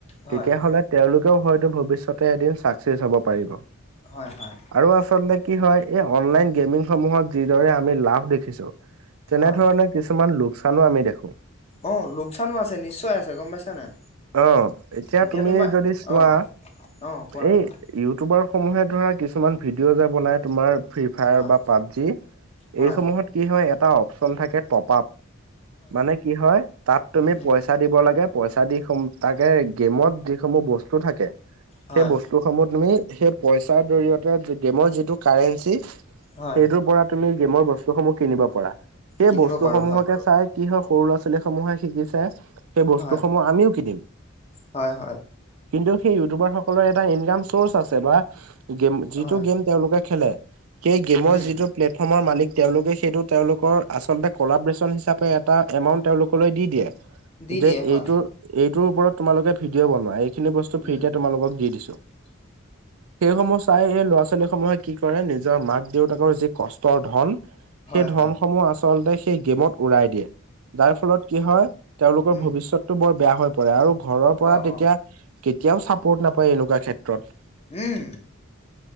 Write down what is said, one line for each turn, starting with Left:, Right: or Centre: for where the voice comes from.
Left: হয়
Right: তেতিয়াহ'লে
Left: হয়
Right: তেওঁলোকেও হয়তো ভৱিষ্যতে এদিন চাকচেচ হ'ব পাৰিব।
Left: হয় হয় হয়
Right: আৰু আচলতে কি হয় এই অনলাইন গেমিং সমূহত যিদৰে আমি লাভ দেখিছো। তেনে
Left: হয়
Right: ধৰণে কিছুমান লোকচানো আমি দেখো।
Left: অ লোকচানো আছে নিশ্চয় আছে গম পাইছা নাই
Right: অ
Left: এতিয়া
Right: তুমি
Left: তোমাৰ।
Right: যদি চোৱা
Left: অ অ কোৱা
Right: এই
Left: কোৱা
Right: ইউটিউবাৰ সমূহে ধৰা কিছুমান ভিডিঅ' যে বনাই তোমাৰ ফ্ৰী ফায়াৰ
Left: হয়
Right: বা পাবজি
Left: হয়
Right: এইসমূহত কি হয় এটা অপচন থাকে টপ আপ মানে কি হয় তাত তুমি
Left: উম
Right: পইচা দিব লাগে। পইচা দি সম তাকে গেমত যিসমূহ বস্তু থাকে
Left: হয়
Right: সেই বস্তুসমূহ তুমি সেই পইচাৰ জৰিয়তে গেমৰ যিটো কাৰেঞ্চি
Left: হয়
Right: সেইটোৰ পৰা তুমি গেমৰ বস্তুসমূহ কিনিব পাৰ সেই
Left: কিনিব
Right: বস্তুসমূহকে
Left: পাৰো হয়
Right: চাই কি হয় সৰু ল'ৰা ছোৱালীসমূহে শিকিছে সেই বস্তুসমূহ
Left: হয়
Right: আমিও কিনম
Left: হয়, হয়।
Right: কিন্তু সেই ইউটিউবাৰ সকলৰ এটা ইনকাম চৰ্চ আছে বা গেম যিটো
Left: হয়
Right: গেম তেওঁলোকে খেলে সেই গেমৰ
Left: উম
Right: যিটো প্লেটফৰ্মৰ মালিক তেওঁলোকে সেইটো তেওঁলোকৰ আচলতে কলাপৰেচন হিচাপে এটা এমাউন্ট তেওঁলোকলৈ দি দিয়ে
Left: দি দিয়ে
Right: যে
Left: হয়
Right: এইটোৰ এইটোৰ ওপৰত তোমালোকে ভিডিঅ' বনোৱা। সেখিনি বস্তু ফিতে
Left: উম
Right: তোমালক দি দিছো।
Left: <unintelligible>
Right: সেইসমূহ চাই এই ল'ৰা, ছোৱালীসমূহে কি কৰে, নিজৰ মাক, দেউতাকৰ যি কষ্টৰ ধন
Left: হয়
Right: সেই ধনসমূহ
Left: হয়
Right: আচলতে সেই গেমত উৰাই দিয়ে। যাৰ ফলত কি হয়, তেওঁলোকৰ
Left: উম
Right: ভৱিষ্যতটো বৰ বেয়া হৈ পৰে, আৰু ঘৰৰ পৰা
Left: অ
Right: তেতিয়া
Left: অ
Right: কেতিয়াও চাপৰ্ট নাপায়, এনেকুৱা ক্ষেত্ৰত।
Left: উম।